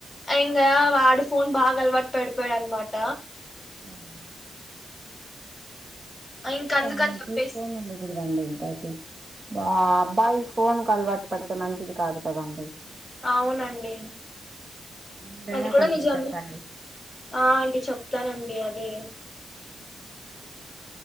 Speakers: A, on the left; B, on the right.
A: అ ఇంగా వాడు ఫోన్ బాగా అలవాటు పడిపోయాడన్మాట
B: అవునండి
A: ఇంక అందుకని
B: ఆమెకి
A: చెప్పేసి
B: ఫోన్ ఉండకూడదండి <unintelligible> ఆ అబ్బాయి ఫోన్కల్ వాట్ పడ్తే మంచిది కాదు కదండి
A: అవునండి
B: మీరైనా
A: అది కూడా
B: కొంచెం
A: నిజం
B: చెప్పండి
A: ఆ అండి చెప్తానండి అదే